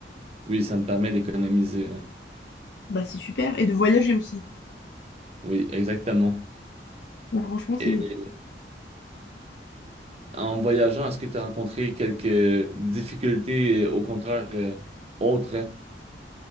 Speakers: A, on the right; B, on the left.
A: Oui, ça me permet d'économiser. hein.
B: Bah, c'est super. Et de voyager aussi.
A: Oui, exactement.
B: Donc, franchement, c'est
A: Et en voyageant, est-ce que tu as rencontré quelques difficultés, euh, au contraire, euh, autres? hein?